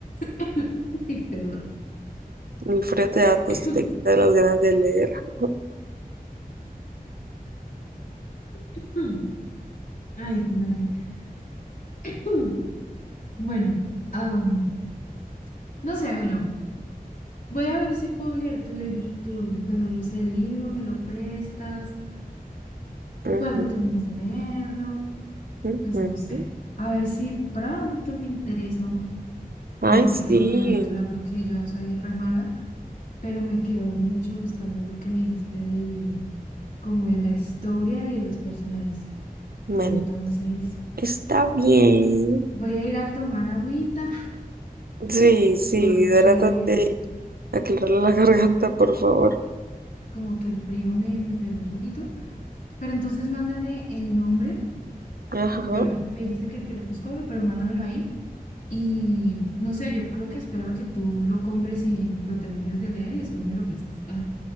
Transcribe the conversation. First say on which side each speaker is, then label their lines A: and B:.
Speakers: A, on the left (about 60°); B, on the right (about 75°).
A: <laughs> Ay, perdón.
B: El frío
A: <clears throat>
B: te da tos y te quita las ganas de leer. <laughs>
A: <coughs> Ay, hijo de madre. <clears throat> <coughs> Bueno, am, no sé, bueno. Voy a ver si puedo leer tu, leeri- tu, bueno, no sé, el libro, me lo prestas,
B: Ujú,
A: cuando termines de leerlo,
B: ujú.
A: pues no sé. A ver si pronto me intereso
B: Ay,
A: un poquito
B: sí.
A: como en la lectura, porque yo soy re mala, pero me quedó mucho gustando lo que me dijiste del, como de la historia y de los personajes.
B: Bueno,
A: Entonces,
B: Está bien.
A: voy a ir a tomar agüita,
B: Sí,
A: <laughs>
B: sí, hidrátate
A: porque
B: de aclarar la <laughs> garganta, por favor.
A: como que el frío me, me pegó un poquito, pero entonces mándame el nombre
B: Ajá.
A: Bueno, me dijiste que el crepúsculo, pero mándamelo ahí. Y no sé, yo creo que espero a que tú lo compres y lo termines de leer y después me lo prestas. Ah,